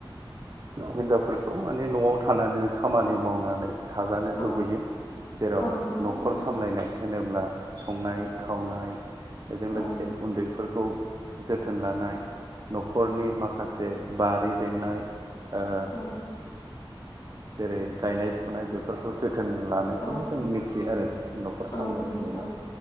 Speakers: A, on the right; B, on the left.
A: हिनजावफोरखौ माने न'आव थानानै खामानि मावनानै थाजानो
B: औ
A: लुबैयो जेराव
B: औ नंगौ थारैनो
A: न'खर सामलायनाय होनोब्ला संनाय खावनाय बेजों लोगोसे
B: औ
A: उन्दैफोरखौ जोथोन लानाय न'खरनि माखासे बारि बेंनाय ओ
B: औ
A: जेरै गायनाय फुनाय बेफोरखौ जो थोन लानायखौनो
B: औ
A: जों मिथियो आरो न'खर सामलायनाय
B: औ नंगौ
A: होनोबा
B: औ